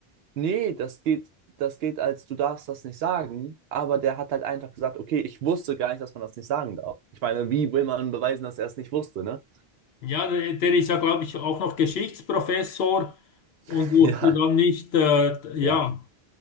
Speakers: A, on the right; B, on the left.
A: nee, das geht, das geht als, du darfst das nicht sagen, aber der hat halt einfach gesagt, okay, ich wusste gar nicht, dass man das nicht sagen darf. Ich meine, wie will man beweisen, dass er es nicht wusste, ne?
B: Ja, der, der ist ja, glaube ich, auch noch Geschichtsprofessor
A: <laughs>
B: und wusste
A: Ja,
B: dann nicht, äh, ja.
A: ja,